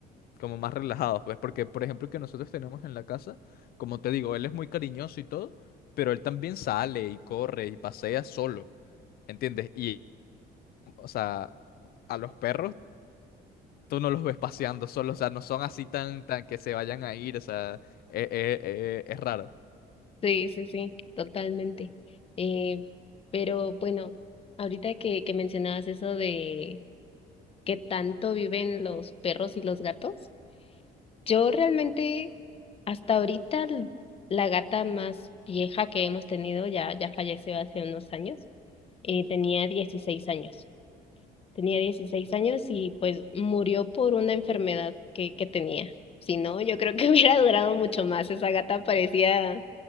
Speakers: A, on the left; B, on the left.
A: como más relajados, pues, porque, por ejemplo, el que nosotros tenemos en la casa, como te digo, él es muy cariñoso y todo, pero él también sale y corre y pasea solo, ¿entiendes? Y, o sea, a los perros tú no los ves paseando solo, o sea, no son así tan, tan que se vayan a ir, o sea, eh, eh, eh, es raro.
B: Sí, sí, sí, totalmente. Eh, pero bueno, ahorita que, que mencionabas eso de qué tanto viven los perros y los gatos. Yo realmente, hasta ahorita, l- la gata más vieja que hemos tenido ya, ya falleció hace unos años. eh, tenía 16 años. Tenía 16 años y pues murió por una enfermedad que, que tenía. Si no, yo creo que <laughs> hubiera durado mucho más. Esa gata parecía...